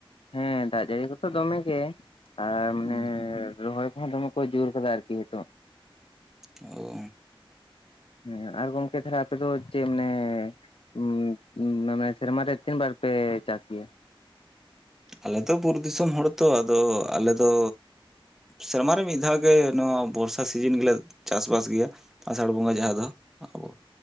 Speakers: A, on the left; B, in the centre.
A: ᱦᱮᱸ ᱫᱟᱜ ᱡᱟᱹᱲᱤ ᱠᱚᱛᱚ ᱫᱚᱢᱮ ᱜᱮ, ᱟᱨ
B: ᱦᱩᱸ,
A: ᱢᱟᱱᱮ ᱨᱚᱦᱚᱭ ᱠᱚᱦᱚᱸ ᱫᱚᱢᱮ᱾ ᱠᱚ ᱡᱳᱨ ᱠᱟᱫᱟ ᱟᱨᱠᱤ ᱦᱤᱛᱚᱜ᱾
B: ᱳ᱾
A: ᱦᱮᱸ ᱟᱨ ᱜᱚᱢᱠᱮ ᱛᱟᱦᱚᱞᱮ ᱟᱯᱮ ᱫᱚ ᱪᱮᱜ ᱢᱟᱱᱮ ᱩᱸ ᱩᱸ ᱢᱟᱱᱮ ᱥᱮᱨᱢᱟ ᱨᱮ ᱛᱤᱱ ᱵᱟᱨ ᱯᱮ ᱪᱟᱥ ᱜᱮᱭᱟ?
B: ᱟᱞᱮ ᱛᱚ ᱵᱩᱨᱩ ᱫᱤᱥᱚᱢ ᱦᱚᱲ ᱛᱚ ᱟᱫᱚ ᱟᱞᱮ ᱫᱚ ᱥᱮᱨᱢᱟ ᱨᱮ ᱢᱤᱜ ᱫᱷᱟᱣ ᱜᱮ ᱱᱚᱣᱟ ᱵᱚᱨᱥᱟ ᱥᱤᱡᱤᱱ ᱜᱮᱞᱮ ᱪᱟᱥᱼᱵᱟᱥ ᱜᱮᱭᱟ᱾ ᱟᱥᱟᱲ ᱵᱚᱸᱜᱟ ᱡᱟᱦᱟᱸ ᱫᱚ, ᱟᱵᱚ